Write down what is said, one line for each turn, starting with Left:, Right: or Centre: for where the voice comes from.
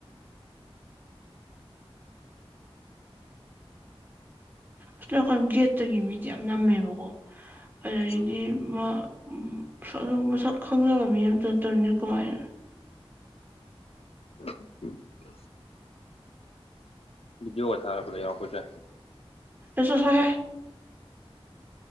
Right: ꯑꯁꯔꯀꯥꯟ ꯒꯦꯠꯇꯒꯤ ꯃꯤꯗꯤ ꯌꯥꯝ ꯅꯝꯃꯦꯕꯀꯣ ꯑꯗꯨꯗꯗꯒꯤꯗꯤ
Left: ꯎꯝ
Right: ꯃꯥ ꯎ ꯑꯗꯨ ꯃꯁꯛ ꯈꯪꯅꯕ ꯃꯤ ꯑꯃꯇ ꯅ ꯇꯧꯔꯤꯅꯦ ꯀꯃꯥꯏꯅ
Left: ꯎ ꯖ ꯋꯥ ꯁꯔꯦ ꯐ ꯂꯩ ꯋꯥꯈꯁꯦ
Right: ꯑꯦꯁꯁꯨ ꯍꯥꯏꯦ